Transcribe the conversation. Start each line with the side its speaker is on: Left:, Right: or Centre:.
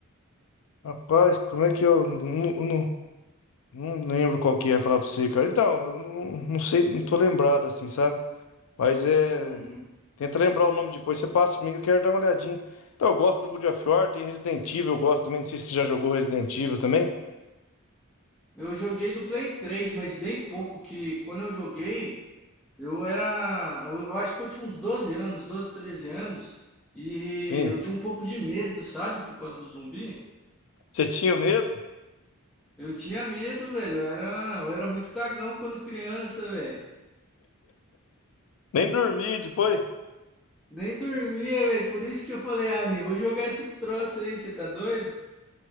Left: rapaz, como é que eu não, não, não lembro qual que é falar pra você, cara. Então, eu não, não sei, não tô lembrado assim, sabe? Mas é.
Centre: Uhum.
Left: Tenta lembrar o nome depois, você passa comigo, eu quero dar uma olhadinha. Então, eu gosto do God of War, tem Resident Evil, eu gosto também. Não sei se você já jogou Resident Evil também.
Centre: Eu joguei do Play 3, mas bem pouco, que quando eu joguei, eu era, eu eu acho que eu tinha uns 12 anos, 12 13 anos, e
Left: Sim.
Centre: eu tinha um pouco de medo, sabe? Por causa do zumbi.
Left: Você tinha medo?
Centre: Eu tinha medo, velho. Eu era, eu era muito cagão quando criança, velho.
Left: Nem dormi depois.
Centre: Nem dormia, velho. Por isso que eu falei, ah, nem vou jogar esse troço aí, você tá doido?